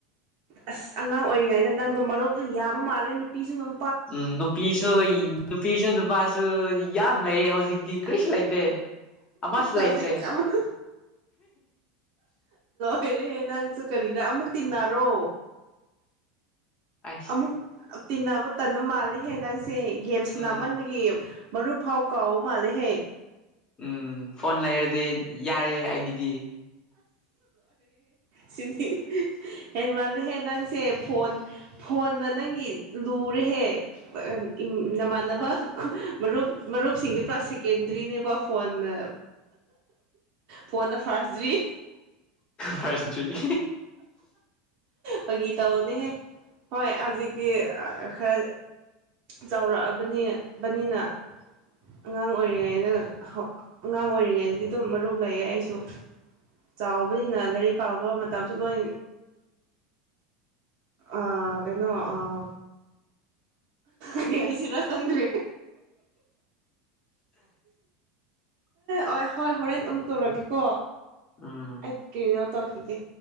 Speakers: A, on the right (about 50°); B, on the left (about 25°).
A: ꯑꯁ ꯑꯉꯥꯡ ꯑꯣꯏꯔꯤꯉꯩꯗ ꯅꯪꯗꯣ ꯃꯔꯨꯞꯇꫭ ꯌꯥꯝꯕ ꯃꯥꯜꯂꯦ ꯅꯨꯄꯤꯁꯨꯗꯨꯝ꯫
B: ꯎꯝ ꯅꯨꯄꯤꯁꯨ ꯅꯨꯄꯤꯁꯨ ꯅꯨꯄꯥ꯫ ꯗꯨ ꯌꯥꯝ ꯂꯩꯌꯦꯍꯧꯖꯤꯛꯇꯤ꯫ ꯀ꯭ꯔꯤꯁꯨ ꯂꯩꯇꯦ ꯑꯃꯁꯨ
A: ꯍꯧꯖꯤꯛ
B: ꯂꯩꯇ꯭ꯔꯦ꯫
A: ꯑꯃꯨꯛ ꯍ‌ꯦꯍ‌ꯦ ꯅꯪꯁꯨ ꯀꯔꯤꯔ ꯑꯃꯨꯛ ꯇꯤꯟꯅꯔꯣ꯫
B: ꯑꯁ
A: ꯑꯃꯨꯛ ꯇꯤꯟꯅꯕ ꯇꯟ꯫ ꯃꯥꯜꯂꯤ ꯍꯦꯅꯪꯁꯤ꯫ ꯒꯦꯝ ꯁꯅꯥ
B: ꯎꯝ
A: ꯃꯟꯕꯒꯤ꯫ ꯃꯔꯨꯞ ꯐꯥꯎ ꯀꯥꯎꯕ ꯃꯥꯜꯂꯦꯍꯦ꯫
B: ꯎꯝ ꯐꯣꯟ ꯂꯩꯔꯗꯤ ꯌꯥꯔꯦ ꯑꯩꯒꯤꯗꯤ꯫
A: ꯁꯤꯅꯤ ꯍꯦꯟ ꯃꯥꯜꯂꯦꯍꯦ ꯅꯪꯁꯦ ꯐꯣꯟ꯫ ꯐꯣꯟꯅ ꯅꯪꯒꯤ ꯂꯨꯔꯦꯍꯦ꯫ ꯏꯝ ꯅꯃꯥꯟꯅꯕ꯫ ꯃꯔꯨꯞ ꯃꯔꯨꯞꯁꯤꯡꯗꯤ ꯄꯨꯔꯥ ꯁꯦꯀꯦꯟꯗ꯭ꯔꯤꯅꯦꯕ꯫ ꯐꯣꯟꯅ꯫ ꯐꯣꯟꯗ ꯐꯥꯔꯁꯗꯔꯤ꯫
B: ꯐꯥꯔꯁꯗꯔꯤ꯫
A: ꯐꯥꯒꯤ ꯇꯧꯅꯦꯍꯦ ꯍꯣꯏ ꯍꯧꯖꯤꯛꯇꯤ ꯈꯔ ꯆꯥꯎꯔꯛꯑꯕꯅꯦꯕꯅꯤꯅ ꯑꯉꯥꯡ ꯑꯣꯏꯔꯤꯉꯩꯗ ꯑꯉꯥꯡ ꯑꯣꯏꯔꯤꯉꯩꯗꯗꯤ ꯑꯗꯨꯝ ꯃꯔꯨꯝ ꯂꯩꯌꯦ ꯑꯩꯁꯨ꯫ ꯆꯥꯎꯕꯅꯤꯅ ꯂꯥꯏꯔꯤꯛ ꯄꯥꯕ ꯃꯇꯝꯁꯨ ꯂꯣꯏ ꯑ ꯀꯩꯅꯣ ꯑꯥ ꯀ꯭ꯔꯤ ꯍꯥꯏꯁꯤꯔ ꯈꯪꯗ꯭ꯔ‌ꯦ ꯑꯣꯏ ꯍꯣꯏ ꯍꯣꯔꯦꯟ ꯑꯃꯨꯛ ꯇꯧꯔꯛꯀꯦꯀꯣ꯫
B: ꯎꯝ
A: ꯑꯩꯀꯤꯅꫭ ꯇꯧꯈꯤꯒꯦ꯫